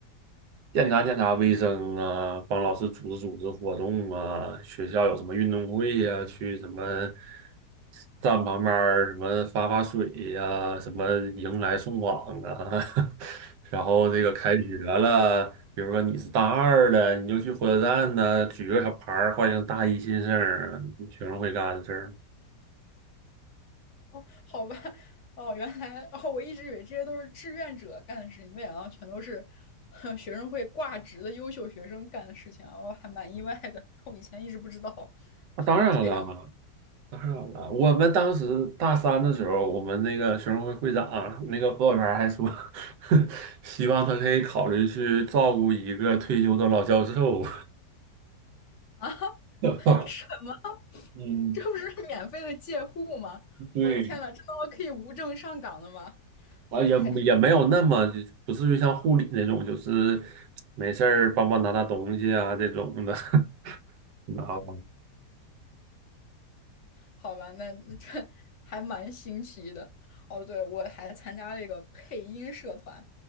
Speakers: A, on the right; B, on the left.
A: 检查检查卫生啊，帮老师组织组织活动啊，学校有什么运动会呀、去什么站旁边儿什么发发水呀、什么迎来送往啊，<laughs> 然后这个开学了，比如说你是大二的，你就去火车站呢、举个小牌儿欢迎大一新生儿，学生会干的事儿。
B: <laughs> 好吧，哦，原来哦，我一直以为这些都是志愿者干的事情，没想到全都是哼 <laughs> 学生会挂职的优秀学生干的事情啊，我还蛮意外的，我以前一直不知道。
A: 那当然了，
B: <laughs> 哦这样
A: 当然了，我们当时大三的时候，我们那个学生会会长那个辅导员还说，<laughs> 希望他可以考虑去照顾一个退休的老教授。
B: 啊？<laughs>
A: <laughs>
B: 什么？
A: 嗯，
B: 这不是免费的借户吗？
A: 对，
B: 我的天呐，这他妈可以无证上岗的吗？
A: 啊，也也没有那么就不至于像护理那种，
B: 太离谱！
A: 就是没事儿帮忙拿拿东西啊这种的，<laughs> 你知道吧？
B: 好吧，那那这还蛮新奇的。哦，对，我还参加了一个配音社团，